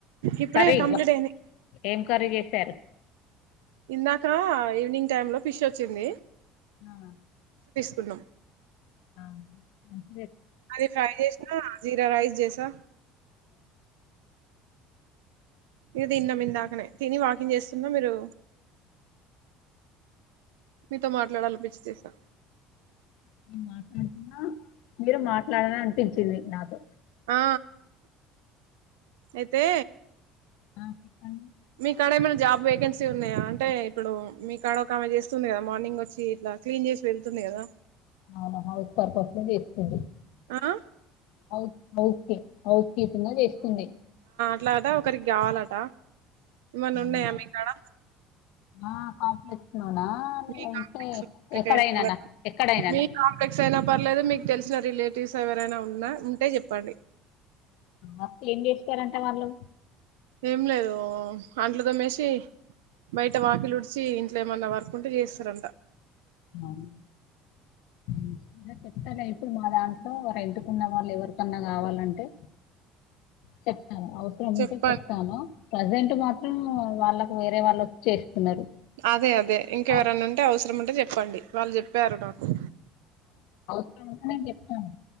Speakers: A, on the right (about 85°); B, on the left (about 75°).
A: ఇప్పుడే
B: కర్రీ
A: కంప్లీట్
B: వా
A: అయింది
B: ఏం కర్రీ చెస్ సారే
A: ఇందాక ఈవినింగ్ టైమ్ లో ఫిష్ వచ్చింది
B: ఆ
A: కున్నం
B: ఆ ఆ
A: అది ఫ్రై చేసినా జీరా రైస్ చేసా ఇవి తిన్నాం ఇందాకనే తిని వాకింగ్ చేస్తున్నా మీరు మీతో మాట్లాడాలనిపించి చేశా
B: నేను మాట్లాడుతున్నా మీరు మాట్లాడరా అనిపించింది నాకు
A: ఆ అయితే
B: ఆ చెప్పండి
A: మీకాడ ఏమైనా జాబ్ వేకెన్సీ ఉన్నాయా అంటే ఇప్పుడు మీ కాడ ఒక ఆమె చేస్తుంది కదా మార్నింగ్ వచ్చి ఇట్లా క్లీన్ చేసి వెళ్తుంది గదా
B: అవునా హౌస్ పర్పస్ లో చేస్తుంది
A: ఆ
B: హౌస్ హౌస్ కి హౌస్ కీపింగ్ లో చేస్తుంది
A: ఎట్లాట ఒకరికి కావాలట ఏమన్న
B: అవునా
A: ఉన్నాయా మీక్కడ
B: ఆ కాంప్లెక్స్ లోనా
A: మీ
B: అంటే
A: కాంప్లెక్స్ ఎటైనా
B: ఎక్కడైనానా
A: వర్క్
B: ఎక్కడైనానా
A: మీ కాంప్లెక్స్ అయినా పర్లేదు మీ తెలిసిన రిలేటివ్స్ ఎవరైనా ఉన్నా ఉంటే చెప్పండి
B: ఆ ఏం చేస్తారంట వాళ్ళు
A: ఏం లేదు ఆంట్లు తోమ్మేసి బయట వాకిలి ఉడిచి ఇంట్లో ఏమన్నా వర్క్ ఉంటే చేస్తారంట
B: అవును ఉ అదే చెప్తాలే ఇప్పుడు మా దాంట్లో రెంట్ కు ఉన్న వాళ్ళు ఎవరికన్నా కావాలంటే చెప్ ఆ అవసరం
A: చెప్పండి
B: ఉంటే చెప్తాను ప్రజెంట్ మాత్రం వాళ్ళకు వేరే వాళ్ళు చేస్తున్నారు
A: అదే అదే ఇంకెవరనా
B: అ-
A: ఉంటే అవసరం ఉంటే చెప్పండి వాళ్ళు చెప్పారు నాకు
B: అట్ల ఉంటే జేప్తాను